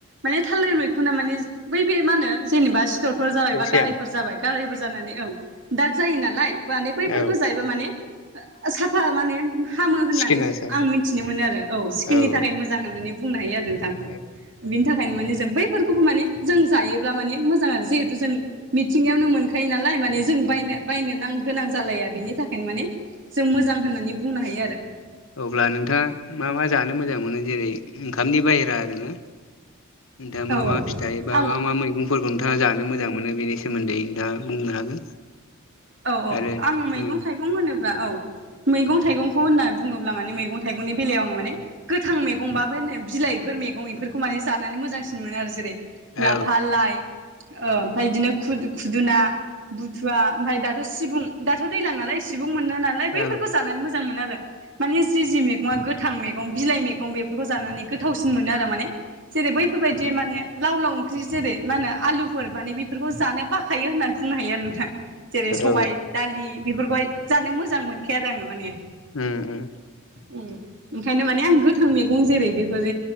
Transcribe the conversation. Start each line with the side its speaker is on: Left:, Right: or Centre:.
Right: माने थालिर मैखुना माने बै बे मा होनो जेनेबा सिटरफोर जाबाय
Left: केलसियाम
Right: बा गारायफोर जाबाय गारायफोर जानानै औ दाग जायो नालाय माने बैफोरखौ
Left: औ
Right: जायोबा माने साफा माने हामो होननानै
Left: स्किना सार
Right: आं मिथिनो मोनो आरो औ सिकिननि
Left: औ
Right: थाखाय मोजां होननानै बुंनो हायो आरो नोंथां।
Left: औ
Right: बिनि थाखायनो माने जों बैफोरखौबो माने जों जायोब्ला माने मोजां आरो जिहेतु जों मिथिंगायावनो मोनखायो नालाय माने जों बायनो बायनो नां गोनां जालाया बिनि थाखायनो माने जों मोजां होननानै बुंनो हायो आरो
Left: अब्ला नोंथाङा मा मा जानो मोजां मोनो जेरै ओंखामनि बाहेरा आरो ना? नोथाङा
Right: औ
Left: मा मा फिथाइ बा
Right: आं
Left: मा मा मैगं फोरखौ नोंथाङा जानो मोजां मोनो बेनि सोमोन्दै नोंथाङा बुंनो हागोन।
Right: औ औ
Left: आरो
Right: आं मैगं
Left: औ
Right: थाइगं होनोब्ला औ मैगं थाइगंखौ होनना बुङोब्ला माने मैगं थाइगंनि बेलायाव आङो माने गोथां मैगंबाबो होनो बिलाइफोर मैगं बेफोरखौ माने जानानै मोजांसिन मोन आरो जेरै
Left: औ
Right: लाफा लाइ ओमफ्राय बिदिनो खुदुना बुथुवा ओमफ्राय दाथ' सिबुं दाथ' दैज्लां नालाय सिबुं मोनो नालाय बैफोरखौ
Left: औ
Right: जानानै मोजां मोनो आरो मानि जि जि मैगङा गोथां मैगं बिलाइ मैगं बेफोरखौ जानानै गोथावसिन मोनो आरो माने जेरै बै बेफोरबायदि माने लाव लाव ओंख्रि जेरै मा होनो आलु मान बेफोरखौ जानो बाखायो होननानै बुंनो हायो आरो नोंथाङा जेरै सबायाइ
Left: औ
Right: दालि बेफोरखौहाय जानो मोजां मोनखाया आरो आङो माने
Left: उम
Right: ओंखायनो माने आं गोथां मैगं जेरै बेफोर